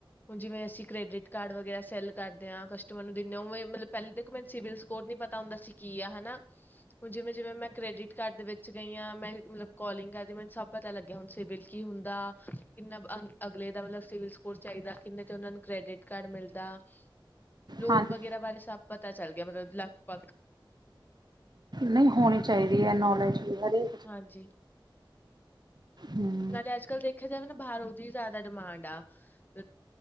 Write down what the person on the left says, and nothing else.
ਹੁਣ ਜਿਵੇਂ ਅਸੀਂ ਕ੍ਰੈਡਿਟ ਕਾਰਡ ਵਗੈਰਾ ਸਿਲ ਕਰਦੇ ਆ, ਕਸਟਮਰ ਨੂੰ ਦਿੰਨੇ ਆ ਉਵੇਂ ਮਤਲਬ ਪੈਲ ਦੇਖੋ ਮੈਨੂੰ ਸਿਵਲ ਸਕੋਰ ਨੀ ਪਤਾ ਹੁੰਦਾ ਸੀ ਕੀ ਆ ਹਨਾ‌। ਹੁਣ ਜਿਵੇਂ-ਜਿਵੇਂ ਮੈਂ ਕ੍ਰੈਡਿਟ ਕਾਰਡ ਦੇ ਵਿੱਚ ਗਈ ਆ ਮੈਂ ਮਤਲਬ ਕੋਲਿੰਗ ਕਰਦੀ ਮੈਨੂੰ ਸਭ ਪਤਾ ਲੱਗਿਆ ਹੁਣ ਸਿਵਲ ਕੀ ਹੁੰਦਾ ਕਿੰਨਾ ਅ ਅਗਲੇ ਦਾ ਮਤਲਬ ਸਿਵਲ ਸਕੋਰ ਚਾਈਦਾ ਕਿੰਨੇ 'ਤੇ ਉਨਾਂ ਨੂੰ ਕ੍ਰੈਡਿਟ ਕਾਰਡ ਮਿਲਦਾ। ਲੋਨ
ਵਗੈਰਾ ਬਾਰੇ ਸਭ ਪਤਾ ਚੱਲ ਗਿਆ ਮਤਲਬ ਲਗਭਗ।
ਹਾਂਜੀ।
ਨਾਲੇ ਅੱਜ-ਕੱਲ ਦੇਖਿਆ ਜਾਵੇ ਨਾ ਬਾਹਰ ਉਦੀ ਜਿਆਦਾ ਡਿਮਾਂਡ ਆ ਮਤਲ